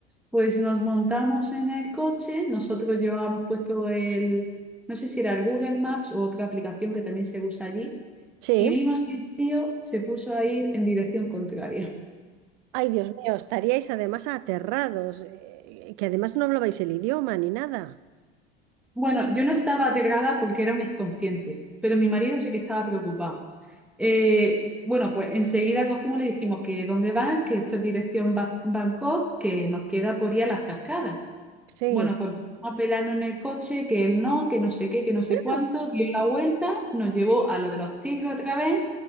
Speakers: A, in the centre; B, on the right.
A: pues nos montamos en el coche, nosotros llevábamos puesto el, no sé si era el Google Maps o otra aplicación que también se usa allí,
B: Sí.
A: y vimos que el tío se puso a ir en dirección contraria.
B: Ay, Dios mío, estaríais además aterrados, eh, que además no hablabais el idioma ni nada.
A: Bueno, yo no estaba aterrada porque era un inconsciente, pero mi marido sí que estaba preocupado. Eh, bueno, pues enseguida cogimos y le dijimos que dónde van, que esto es dirección Ba- Bangkok, que nos queda por ir a las cascadas.
B: Sí.
A: Bueno, pues empezamos a pelarnos en el coche, que él no, que no sé qué, que no sé
B: Ah,
A: cuánto, dio la vuelta, nos llevó a lo de los tigres otra vez,